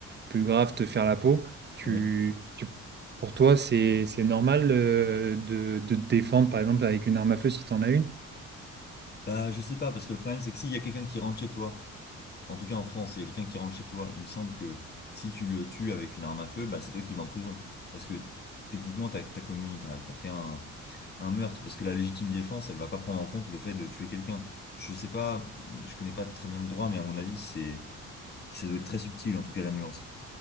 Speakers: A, on the right; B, on the left.
A: plus grave te faire la peau. Tu,
B: Ouais.
A: tu- pour toi, c'est, c'est normal euh, de, de te défendre, par exemple, avec une arme à feu si tu en as une,
B: Bah, je sais pas, parce que le problème, c'est que s'il y a quelqu'un qui rentre chez toi, En tout cas, en France, s'il y a quelqu'un qui rentre chez toi, il me semble que si tu le tues avec une arme à feu, bah, c'est toi qui vas en prison. Parce que techniquement, t'as, t'as commis, t'as, t'as fait un, un meurtre. Parce que la légitime défense, elle va pas prendre en compte le fait de tuer quelqu'un. Je sais pas, je connais pas très bien le droit, mais à mon avis, c'est, ça doit être très subtil, en tout cas, la nuance.